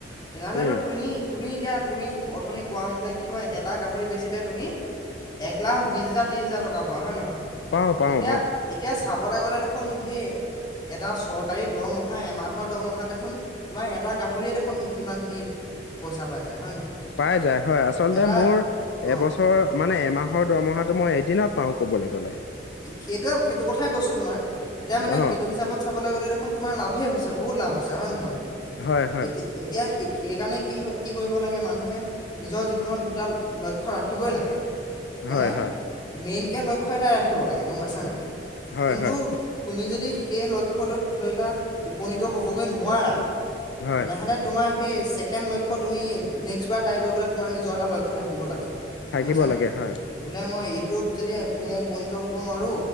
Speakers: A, on the left; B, on the left.
A: তেনেহলেতো
B: উম
A: তুমি তুমি এতিয়া তুমি অথনি কোৱা মতে কি হয় এটা গাহৰি বেচিলে তুমি এক লাখ বিশ হাজাৰ ত্ৰিশ হেজাৰ টকা পোৱা হয় নে নহয়
B: পাওঁ পাওঁ
A: এতিয়া
B: অ
A: এতিয়া চাবলৈ গ'লে দেখোন সেই এটা চৰকাৰী দৰমহা এমাহৰ দৰমহা দেখোন তোমাৰ এটা গাহৰিয়ে দেখোন সিমান খিনি পইচা পাই যায় হয় নহয়
B: পাই যায় হয় আচলতে
A: এটা
B: মোৰ এবছৰ
A: অ
B: মানে এমাহৰ দৰমহাটো মই এদিনত পাওঁ কবলৈ গ'লে
A: সেইটোৱে সেইটো কথাই কৈছো তোমাক এতিয়া মানে
B: অ
A: সেইটো হিচাপত চাবলৈ গ'লে দেখোন তোমাৰ লাভে হৈছে বহুত লাভ হৈছে হয় নে নহয়
B: হয় হয়
A: এতি এতিয়া স সেইকাৰণে কি হয় কি কৰিব লাগে মানুহে নিজৰ জীৱনত দুটা লক্ষ্য ৰাখিবই লাগে মানে
B: হয় হয়
A: মেইনকে লক্ষ্য এটাই ৰাখিব লাগে গম পাইছ নাই
B: হয়
A: কিন্তু
B: হয়
A: তুমি যদি সেই লক্ষ্যটোত ধৰি লোৱা উপনীত হ'বগৈ নোৱাৰা
B: হয়
A: তেনেহ'লে তোমাৰ সেই ছেকেণ্ড লক্ষ্য তুমি নেক্স বাৰ ট্ৰাই কৰিবলৈ তোমাৰ নিজৰ এটা লক্ষ্য থাকিব লাগে।
B: থাকিব
A: গম পাইছা নাই
B: লাগে হয়
A: বোলে মই এইটোত যদি মই উপনীত হব নোৱাৰো।